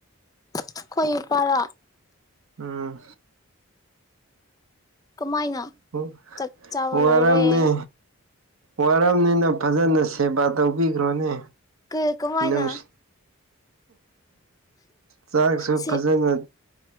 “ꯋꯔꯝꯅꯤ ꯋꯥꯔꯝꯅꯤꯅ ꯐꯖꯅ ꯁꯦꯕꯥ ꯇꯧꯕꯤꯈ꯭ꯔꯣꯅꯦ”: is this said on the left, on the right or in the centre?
Right